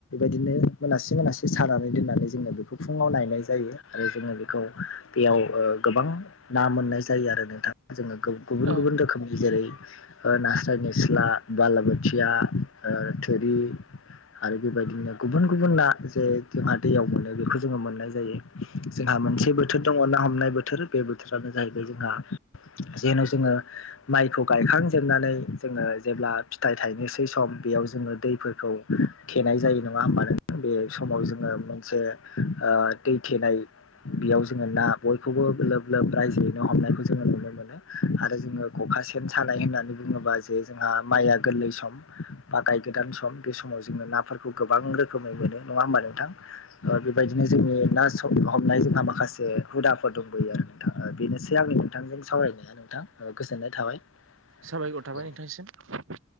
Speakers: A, on the left; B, on the right.
A: बिदिनो मोनासे सानानै दोननानै जोङो बेखौ फुंयाव नायनाय जायो। आरो बेखौ बेयाव गोबां ना मोननाय जायो आरो नोंथां। गुबुन
B: औ ओ
A: गुबुन रोखोमनि जेरै नास्राय निस्ला बालाबोथिया थोरि आरो बेबायदिनो गुबुन गुबुन ना जे जोंहा दैयाव मोनो बेखौ जोङो मोननाय जायो जोंहा मोनसेबो बोथोर दङ ना हमनाय बोथोर बे बोथोरानो जाहैबाय जोंहा जेन' जोङो माइखौ गायखांजोबनानै जोङो जेब्ला फिथाइ थायनोसै सम बेयाव जोङो दैफोरखौ थेनाय जायो नङा होमबा नोंथां बे समाव जोङो मोनसे ओ दै थेनाय बेयाव जोङो ना बयखौबो गोब लोब रायजोयैनो हमनायखौ जोङो नुनो मोनो। आरो जोङो खखा सेन सानाय होननानै बुङोबा जे जोंहा माइआ गोरलै सम बा गाय गोदान सम बे समाव जोङो नाफोरखौ खौ गोबां रोखोमै मोनो नङा होमबा नोंथां बेबायदिनो जोंनि ना हमनाय जोंहा माखासे हुदाफोर दंबोयो आरो नोंथाङा बेनोसै आंनि नोंथांजों सावरायनाया नोंथां गोजोननाय थाबाय।
B: साबायखर
A: औ।
B: थाबाय नोंथांसिम